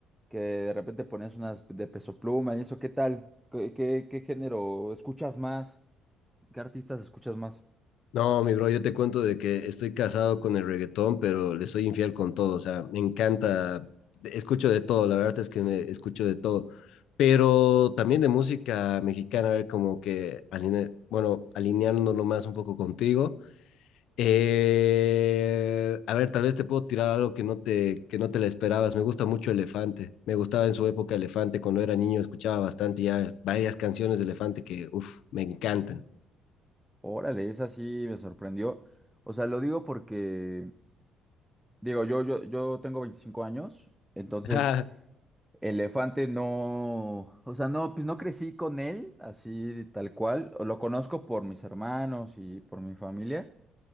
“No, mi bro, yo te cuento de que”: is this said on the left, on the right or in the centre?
Left